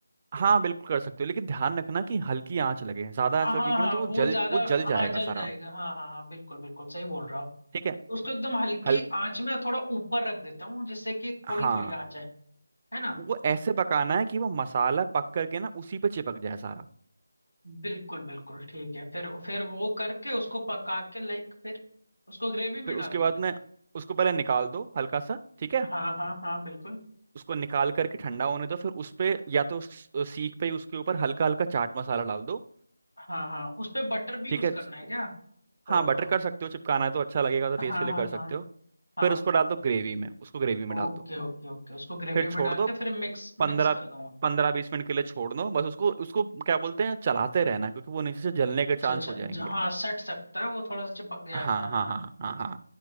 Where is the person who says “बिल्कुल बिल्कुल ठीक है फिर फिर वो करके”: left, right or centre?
Left